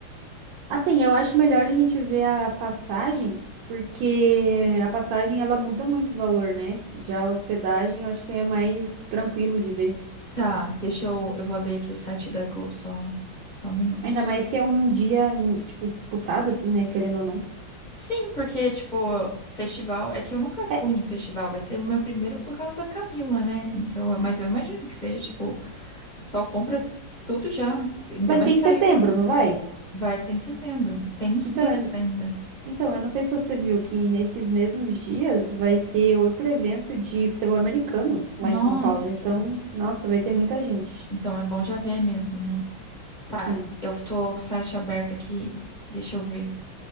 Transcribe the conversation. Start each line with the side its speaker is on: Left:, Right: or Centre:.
Right: Assim, eu acho melhor a gente ver a passagem, porque a passagem ela muda muito o valor, né? Já a hospedagem eu acho que é mais tranquilo de ver.
Left: Tá, deixa eu, eu vou abrir aqui o site da Gol, só, só um minuto.
Right: Ainda mais que é um dia, hum, tipo, disputado, assim, né? Querendo ou não.
Left: Sim, porque, tipo, festival. É que eu nunca fui
Right: É,
Left: em festival, vai ser o meu primeiro por causa da Camila, né? Então, mas eu imagino que seja, tipo, o pessoal compra tudo já, ainda
Right: vai
Left: mais
Right: ser em
Left: saiu.
Right: setembro, não vai?
Left: Vai ser em setembro, tem uns
Right: Então,
Left: meses ainda.
Right: Então, eu não sei se você viu que nesses mesmos dias vai ter outro evento de futebol americano lá
Left: Nossa,
Right: em São Paulo. Então, nossa, vai ter muita gente.
Left: então é bom já ver mesmo, né?
Right: Sim.
Left: Tá, eu tô com o site aberto aqui, deixa eu ver.